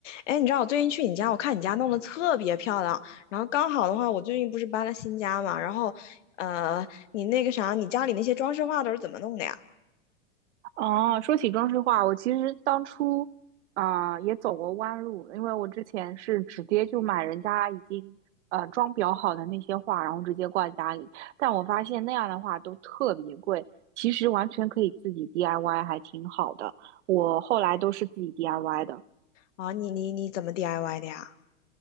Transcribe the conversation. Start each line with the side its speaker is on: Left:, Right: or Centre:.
Left: 哎，你知道我最近去你家，我看你家弄得特别漂亮。然后刚好的话，我最近不是搬了新家嘛，然后，呃，你那个啥，你家里那些装饰画都是怎么弄的呀？
Right: 哦，说起装饰画，我其实当初啊、呃也走过弯路，因为我之前是直接就买人家已经呃装裱好的那些画，然后直接挂在家里。但我发现那样的话都特别贵，其实完全可以自己 DIY，还挺好的。我后来都是自己 DIY 的。
Left: 啊，你你你怎么 DIY 的呀？